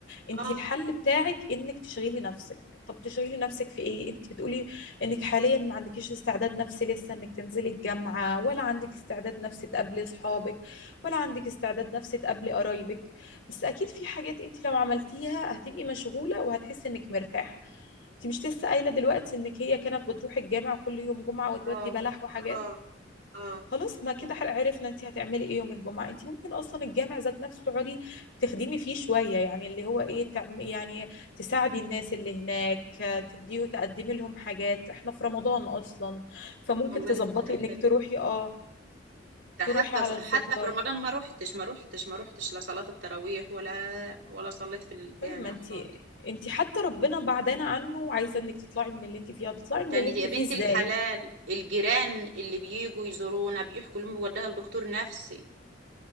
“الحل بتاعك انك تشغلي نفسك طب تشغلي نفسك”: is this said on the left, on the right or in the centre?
Left